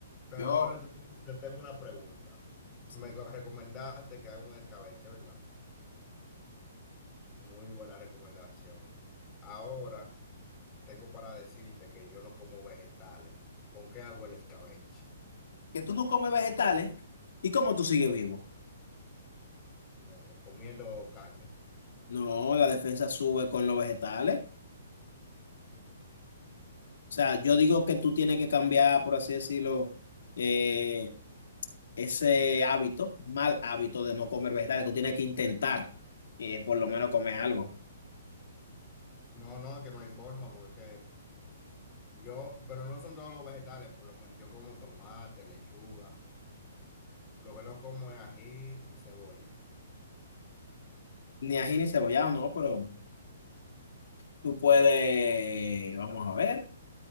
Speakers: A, on the left; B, on the left.
A: Pero
B: Yo,
A: ahora yo te tengo una pregunta.
B: sí.
A: Me co- recomendaste que haga un escabeche, ¿verdad? Muy buena recomendación. Ahora tengo para decirte que yo no como vegetales. ¿Con qué hago el escabeche?
B: Que tú no comes vegetales, ¿y cómo tú sigues vivo?
A: No, comiendo carne.
B: No, la defensa sube con los vegetales. O sea, yo digo que tú tienes que cambiar, por así decirlo, eh, ese hábito, mal hábito de no comer vegetales. Tú tienes que intentar, eh, por lo menos comer algo.
A: No, no, es que no hay forma, porque es que yo, pero no son todos los vegetales, por lo menos yo como tomate, lechuga. Lo que no como es ají y cebolla.
B: Ni ají ni cebollado, no, pero tú puedes, vamos a ver.